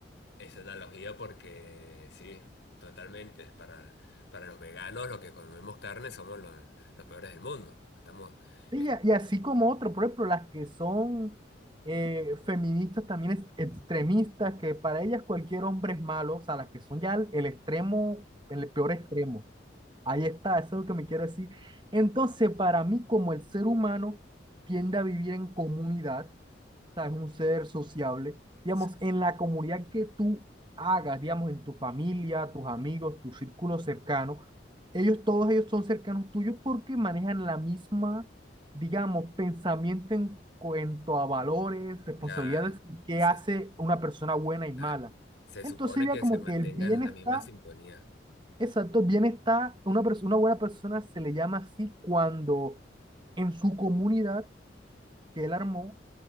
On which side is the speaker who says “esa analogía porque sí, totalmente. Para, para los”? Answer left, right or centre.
Left